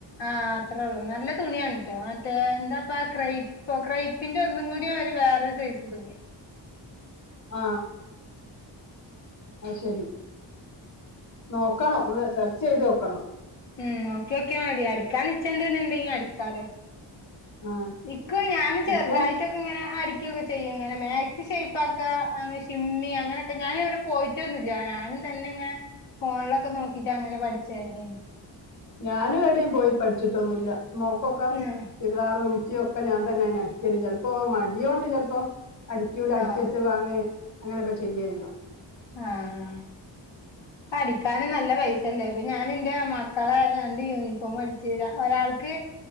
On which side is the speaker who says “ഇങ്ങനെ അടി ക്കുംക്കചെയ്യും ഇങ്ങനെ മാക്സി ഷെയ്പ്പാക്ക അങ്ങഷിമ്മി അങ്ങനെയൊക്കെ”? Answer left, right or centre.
Left